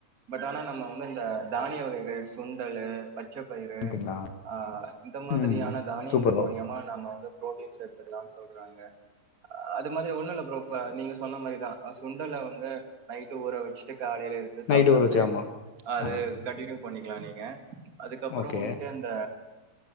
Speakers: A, on the right; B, on the left.
A: பட் ஆனா நம்ம வந்து இந்த தானிய வகைகள் சுண்டலு மொச்ச பயிரு
B: அப்டிங்களா
A: ஆ இந்த மாதிரியான
B: ம்
A: தானியங்கள்
B: சூப்பர் ப்ரோ
A: மூலியமா நம் வந் ப்ரோட்டின்ஸ் எடுத்துக்களான் சொல்றாங்க அது மாதிரி ஒன்னு இல்ல ப்ரோ இப்ப நீங்க சொன்ன மாரிதா சுண்டல வந்து நைட்டு ஊற வச்சிட்டு காலையில எடுத்து
B: நைட்டு
A: சாப்பிறது
B: ஊற வச்சு ஆமா
A: அது
B: ஆ
A: கண்டினியூ பண்ணிக்கலா நீங்க அதுக்கப்புறோ
B: ஓகே
A: வந்துட்டு அந்த